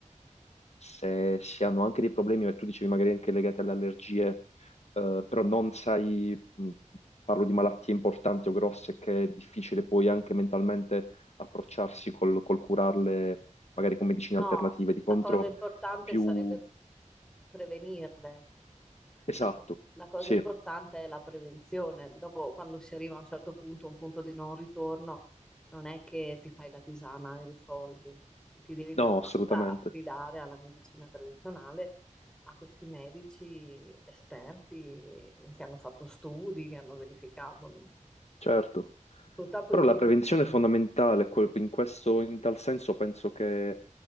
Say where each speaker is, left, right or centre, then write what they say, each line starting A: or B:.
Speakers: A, on the left (about 55°); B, in the centre.
A: se si hanno anche dei problemi, e tu dicevi magari anche legati alle allergie, eh, però non sai, mh, parlo di malattie importanti o grosse, che è difficile poi anche mentalmente approcciarsi col, col curarle, magari con medicine
B: no,
A: alternative, di contro
B: la cosa importante
A: più...
B: sarebbe prevenirle.
A: Esatto,
B: La, co- la cosa
A: sì,
B: importante è la prevenzione. Dopo, quando si arriva a un certo punto, un punto di non ritorno, non è che ti fai la tisana e risolvi. Ti devi
A: no,
B: per forza
A: assolutamente,
B: affidare alla medicina tradizionale, a questi medici esperti che hanno fatto studi, che hanno verificato.
A: certo.
B: Purtroppo
A: Però
B: i primi...
A: la prevenzione è fondamentale, quel- in questo, in tal senso penso che